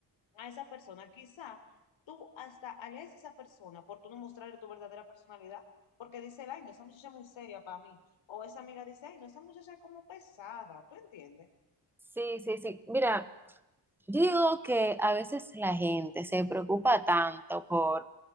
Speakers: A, on the left (about 85°); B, in the centre.
A: a esa persona. Quizá tú hasta alejes a esa persona por tú no mostrarle tu verdadera personalidad, porque dice, ay, no, esa muchacha es muy seria para mí. O esa amiga dice, ay, no, esa muchacha es como pesada, ¿tú entiendes?
B: Sí, sí, sí. Mira, yo digo que a veces la gente se preocupa tanto por